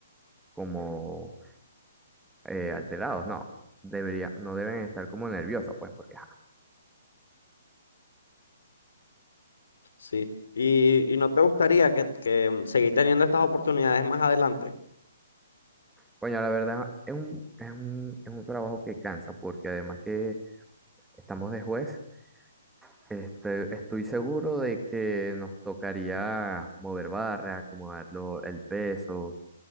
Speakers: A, in the centre; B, on the left.
A: como eh, alterados, no. Debería, no deben estar como nerviosos, pues, porque, ajá.
B: sí. ¿Y, y no te gustaría que, que mm, seguir teniendo estas oportunidades más adelante?
A: Coño, la verdad, es un, es un, es un trabajo que cansa, porque además que estamos de juez, este, estoy seguro de que nos tocaría mover barra, acomodar lo- el peso,